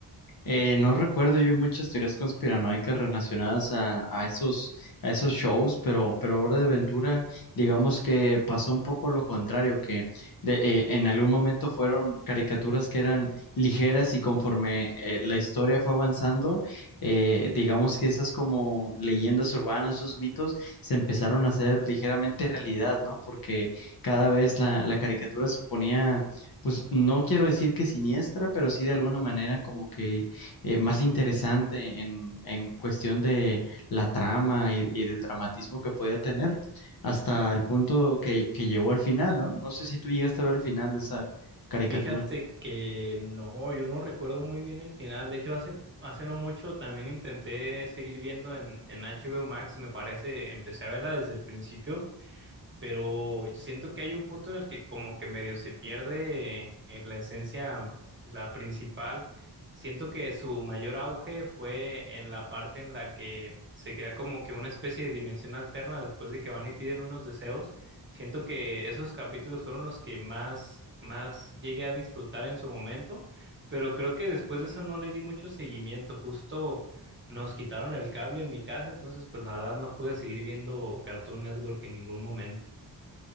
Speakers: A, on the left (about 55°); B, on the right (about 30°).
A: Eh, no recuerdo yo muchas teorías conspiranoicas relacionadas a, a esos, a esos shows, pero, pero Hora de Aventura, digamos que pasó un poco lo contrario, que de- eh, en algún momento fueron caricaturas que eran ligeras y conforme eh, la historia fue avanzando, eh, digamos que esas como leyendas urbanas, esos mitos, se empezaron a hacer ligeramente realidad, ¿no? Porque cada vez la, la caricatura se ponía, pues no quiero decir que siniestra, pero sí de alguna manera como que eh, más interesante en, en cuestión de la trama y, y del dramatismo que podía tener hasta el punto que, que llegó al final, ¿no? No sé si tú llegaste a ver el final de esa caricatura.
B: Fíjate que no, yo no recuerdo muy bien el final. De hecho, hace, hace no mucho también intenté seguir viendo en, en HBO Max, me parece, empecé a verla desde el principio, pero siento que hay un punto en el que como que medio se pierde eh, la esencia, la principal. Siento que su mayor auge fue en la parte en la que se crea como que una especie de dimensión alterna después de que van y piden unos deseos. Siento que esos capítulos fueron los que más, más llegué a disfrutar en su momento, pero creo que después de eso no le di mucho seguimiento. Justo nos quitaron el cable en mi casa, entonces pues la verdad no pude seguir viendo Cartoon Network en ningún momento.